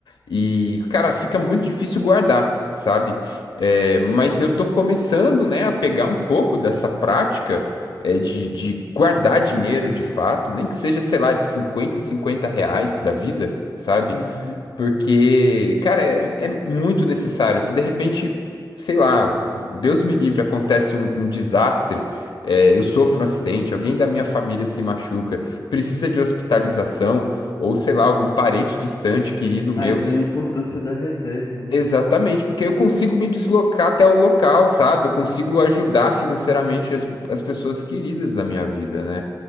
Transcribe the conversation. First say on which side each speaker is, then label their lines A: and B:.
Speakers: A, on the left; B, on the left.
A: E, cara, fica muito difícil guardar, sabe? É, mas eu tô começando, né, a pegar um pouco dessa prática, é, de, de guardar dinheiro de fato, nem que seja, sei lá, de 50 e 50 reais da vida, sabe?
B: uhum.
A: Porque, cara, é, é muito necessário. Se de repente, sei lá, Deus me livre, acontece um, um desastre, é, eu sofro um acidente, alguém da minha família se machuca, precisa de hospitalização, ou sei lá, algum parente distante, querido meu.
B: Aí vem a importância da reserva, né?
A: Exatamente, porque eu consigo me deslocar até o local, sabe? Eu consigo ajudar financeiramente as, as pessoas queridas da minha vida, né?